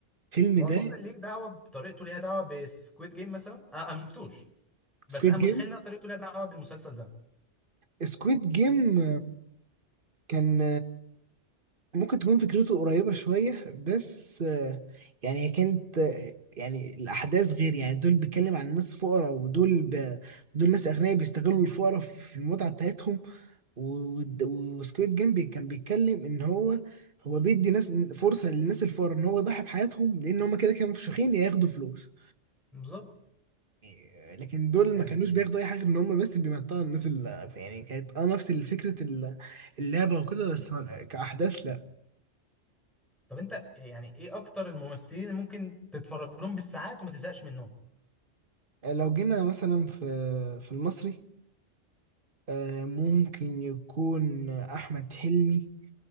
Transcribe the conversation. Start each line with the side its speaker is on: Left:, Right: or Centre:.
Right: الفيلم
Centre: واظن
Right: ده
Centre: ليه دعوه بطريقته ليها دعوه بسكويد جيم مثلا آه انا ما شفتوش بس
Right: سكويد
Centre: انا متخيل
Right: جيم
Centre: ان طريقته ليها دعوه بالمسلسل ده
Right: سكويد جيم كان ممكن تكون فكرته قريبة شوية بس آه، يعني هي كانت آه، يعني الأحداث غير يعني دول بيتكلم عن ناس فقراء ودول ب... دول ناس أغنياء بيستغلوا الفقراء في المتعة بتاعتهم و- وسكويد جيم بي- كان بيتكلم إن هو هو بيدي ناس فرصة للناس الفقراء إن هو يضحي بحياتهم لأن هما كده كانوا مفشوخين يا ياخدوا فلوس
Centre: بالظبط
Right: يعني، لكن دول
Centre: آه.
Right: ما كانوش بياخدوا أي حاجة غير إن هما بس بيمتعوا الناس اللي يعني كانت أه نفس فكرة اللعبة وكده بس كأحداث
Centre: طب انت يعني ايه اكتر الممثلين اللي ممكن تتفرج لهم بالساعات وما تزهقش منهم
Right: لو جينا مثلا في في المصري آه، ممكن يكون أحمد حلمي